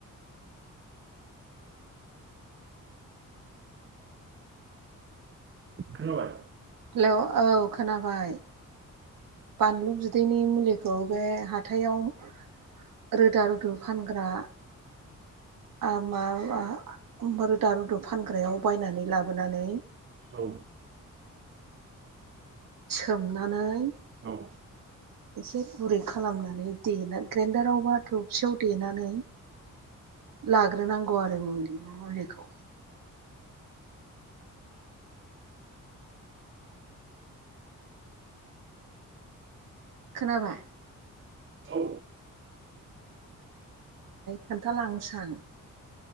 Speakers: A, on the right (about 40°); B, on the right (about 80°).
A: खोनाबाय
B: हेलौ औ खोनाबाय बानलु बिदैनि मुलिखौ बे हाथायाव रोदा रुदु फानग्रा ओ मा ओ रोदा रुदु फानग्रायाव बायनानै लाबोनानै
A: औ
B: सोमनानै
A: औ
B: एसे गुरै खालामनानै देेना ग्रेडाराव बा थबसियाव देनानै लाग्रोनांगौ आरो मुलि मुलिखौ खोनाबाय?
A: औ
B: खोन्थालांसां